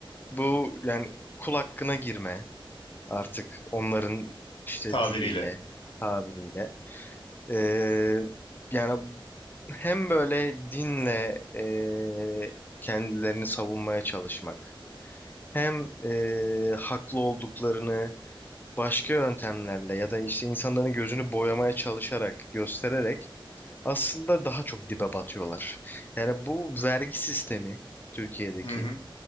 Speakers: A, on the left (about 20°); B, on the left (about 65°).
A: bu yani kul hakkına girme artık onların işte
B: tabiriyle.
A: diliyle, tabiriyle. Ee, yani hem böyle dinle e, kendilerini savunmaya çalışmak, hem e, haklı olduklarını başka yöntemlerle ya da işte insanların gözünü boyamaya çalışarak, göstererek aslında daha çok dibe batıyorlar. Yani bu vergi sistemi Türkiye'deki
B: Hı hı.